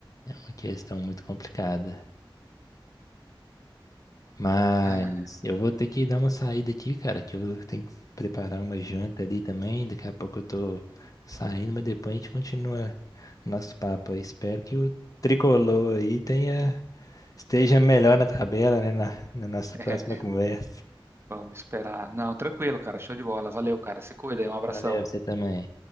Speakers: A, on the left; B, on the right.
A: é uma questão muito complicada. Mas
B: Ah,
A: eu vou ter que dar uma saída aqui, cara, que eu tenho que preparar uma janta ali também. Daqui a pouco eu tô saindo, mas depois a gente continua nosso papo. aí. espero que o tricolor aí tenha, esteja melhor na tabela, né, na, na nossa
B: É,
A: próxima
B: né?
A: conversa.
B: Vamos esperar. Não, tranquilo, cara. Show de bola. Valeu, cara. Se cuida. aí, Um abração.
A: Valeu, você também.